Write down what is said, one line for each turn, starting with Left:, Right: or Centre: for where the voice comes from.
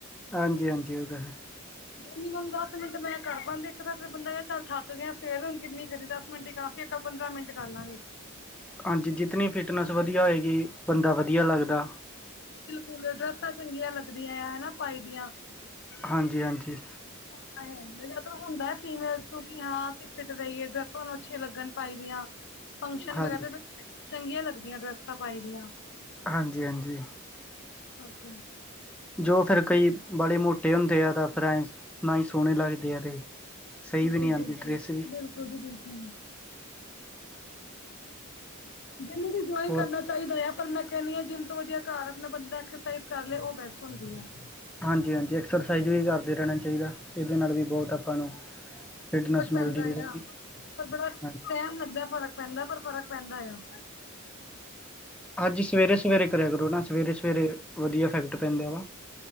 Centre: ਹਾਂਜੀ-ਹਾਂਜੀ ਉਹਤਾ ਹੈ
Left: ਮਿਨੀਮਮ ਦਸ ਮਿੰਟ ਮੈਂ ਕਰ ਪਾਂਦੇ ਆਂ ਇੱਕ ਤਾਂ ਫਿਰ ਬੰਦਾ ਚਲ ਥੱਕ ਗਿਆ ਫਿਰ ਹੁਣ ਕਿੰਨੀ ਕਰੀਏ ਦਸ ਮਿੰਟ ਹੀ ਕਾਫੀ ਇੱਕ ਪੰਦਰਾਂ ਮਿੰਟ ਕਰ ਲਾਂਗੇ
Centre: ਹਾਂਜੀ ਜਿਤਨੀ ਫਿਟਨੈਸ ਵਧੀਆ ਹੋਏਗੀ ਬੰਦਾ ਵਧੀਆ ਲੱਗਦਾ
Left: ਬਿਲਕੁਲ ਡਰੈਸਾਂ ਚੰਗੀਆਂ ਲੱਗਦੀਆਂ ਆ ਹੈਨਾ ਪਾਈ ਦੀਆਂ
Centre: ਹਾਂਜੀ-ਹਾਂਜੀ
Left: ਉਹ ਤਾਂ ਜ ਹੁੰਦਾ ਫੀਮੇਲ ਤੋਂ ਕਿ ਹਾਂ ਅਸੀਂ ਫਿਟ ਰਹੀਏ ਤੁਹਾਨੂੰ ਅੱਛੇ ਲੱਗਣ ਪਾਈ ਫੰਕਸ਼ਨ
Centre: ਹਾਂਜੀ
Left: ਵਗੈਰਾ ਚੰਗੀਆਂ ਲੱਗਦੀਆਂ ਡਰੈਸਾਂ ਪਾਈ ਦੀਆਂ
Centre: ਹਾਂਜੀ-ਹਾਂਜੀ
Left: ਕੇ
Centre: ਜੋ ਫੇਿਰ ਕਈ ਬੜੇ ਮੋਟੇ ਹੁੰਦੇ ਆ ਫਿਰ ਐਂ ਨਾ ਹੀ ਸੋਹਣੇ ਲੱਗਦੇ ਆ ਤੇ ਸਹੀ
Left: ਬਿਲਕੁਲ-ਬਿਲਕੁਲ-ਬਿਲਕੁਲ
Centre: ਵੀ ਨਹੀਂ ਆਉਂਦੀ ਡਰੈਸ ਵੀ
Left: ਜੀ ਬਿਲਕੁਲ ਜਿਮੱ ਵੀ ਜਇੰਨ
Centre: ਹੋਰ
Left: ਕਰਨਾ ਚਾਹੀਦਾ ਆ ਮੈਂ ਕਹਿੰ ਹਾਂ ਜਿੰਮ ਤੋਂ ਵਧੀਆ ਘਰ ਆਪਣਾ ਬੰ ਐਕਸਰਸਾਈਜ ਕਰ ਲ ਉਹ ਬੈਸਟ ਹੁੰਦੀ ਆ
Centre: ਹਾਂਜੀ-ਹਾਂਜੀ ਐਕਸਰਸਾਈਜ਼ ਵੀ ਕਰਦੇ ਰਹਿਣਾ ਚਾਹੀਦਾ ਇਹਦੇ ਨਾਲ ਵੀ ਬਹੁਤ ਆਪਾਂ ਨੂੰ ਫਿਟਨੈਸ
Left: ਫਰਕ
Centre: ਮਿਲਦੀ
Left: ਪੈਂਦਾ
Centre: ਹੈ ਰਹਿੰਦੀ
Left: ਆ ਪਰ ਬੜਾ
Centre: ਹਾਂਜੀ
Left: ਟਾਈਮ ਲੱਗਿਆ ਫ਼ਰਕ ਪੈਂਦਾ ਪਰ ਫਰਕ ਪੈਂਦਾ ਆ
Centre: ਹੱਜੀ ਸਵੇਰੇ-ਸਵੇਰੇ ਕਰਿਆ ਕਰੋ ਨਾ ਸਵੇਰੇ ਸਵੇਰੇ ਵਧੀਆ ਫੈਕਟ ਪੈਂਦਾ ਵਾ